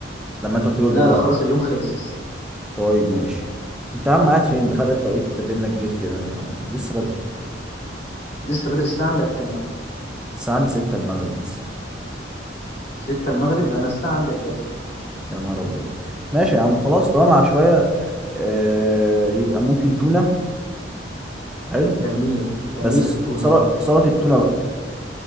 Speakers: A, in the centre; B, on the left.
A: لما انت قلت لي وجبه
B: لا لا
A: غدا
B: خلاص اليوم خلص
A: طيب ماشي انت يا عم قاعد فين ده فرق التوقيت بيننا كبير كده أنا لسه بدري
B: لسه بدري الساعة عندك كام يا عم؟
A: الساعه عندي 6 المغرب لسه
B: ستة المغرب ده أنا الساعة عندي 11
A: يا نهار ابيض ماشي يا عم خلاص طالما شويه آه يبقى ممكن تونه حلو
B: جميل جميلة
A: بس ص-
B: التونة
A: سل-
B: آه
A: سلطه التونه بقى